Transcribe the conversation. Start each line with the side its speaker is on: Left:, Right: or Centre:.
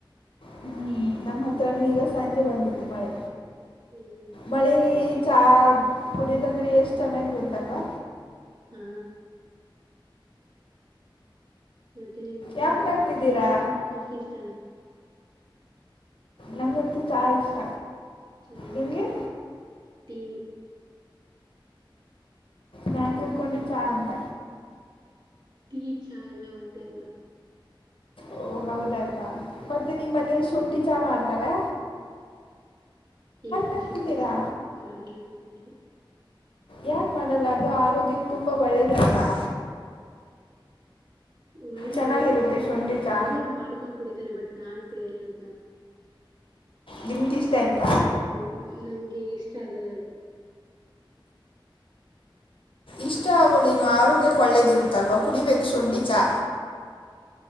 Left: ಹ್ಮ್ ನಮ್ಮ ಹತ್ರ ನೀರ ಈಗ ಸಂಜೆ ಬಂದಿತ್ತು ಮಳೆ
Right: ಹ್ಮ್
Left: ಮಳೇಲಿ. ಚಹ ಕುಡಿಯದಂದ್ರೆ ಎಷ್ಟು ಚೆನ್ನಾಗಿರುತ್ತಲ್ವಾ.
Right: ಹಾ ಮತ್ತೆ ನಿಮ್ ಟೀ
Left: ಯಾಕ್ ನಗ್ತಿದ್ದೀರಾ
Right: ಟೀ ಇಷ್ಟಾನ ಕಾಫಿ ಇಷ್ಟಾನ.
Left: ನಂಗಂತೂ ಚಹಾ ಇಷ್ಟ
Right: ಹೌದಾ
Left: ನಿಮ್ಗೆ
Right: ಟೀನೇ
Left: ನಾನ್ ತಿಳ್ಕೊಂಡೆ ಚಾ ಅಂತ
Right: ಟೀ ಚಾ ಎಲ್ಲ ಒಂದೇ ಅಲ್ವಾ
Left: ಓಹ ಹೌದಲ್ವಾ ಮತ್ತೆ ನಿಮ್ ಮನೇಲಿ ಶುಂಠಿ ಚಾ ಮಾಡ್ತಾರಾ
Right: ಇಲ್ಲ
Left: ನಗ್ತಿದ್ದೀರಾ
Right: ಶುಂಠಿ ಚಾ ಮಾಡಲ್ಲ ನಮ್ಮ್ರಲ್ಲಿ
Left: ಯಾಕೆ ಮಾಡಲ್ಲ ಅದು ಆರೋಗ್ಯಕ್ಕೆ ತುಂಬಾ ಒಳ್ಳೇದಲ್ವಾ
Right: ಒಳ್ಳೇದು
Left: ಚೆನ್ನಾಗಿರುತ್ತೆ ಶುಂಠಿ ಚಾ
Right: ಅವ್ರವ್ರು ಮಾಡ್ಕೊಂಡ್ ಕುಡಿತಾರೆ ಬಟ್ ನಾನ್ ಕುಡಿಯಲ್ಲ ಅದ್ನ
Left: ನಿಮಗೆ ಇಷ್ಟ ಇಲ್ಲ
Right: ಅದ್ ನಂಗಗೆ ನಂಗೆ ಇಷ್ಟ ಆಗಲ್ಲ ಅದು
Left: ಇಷ್ಟ ಆಗೋದೇನು ಆರೋಗ್ಯ ಒಳ್ಳೇದಿರುತ್ತಲ್ವ ಕುಡಿಬೇಕು ಶುಂಠಿ ಚಾ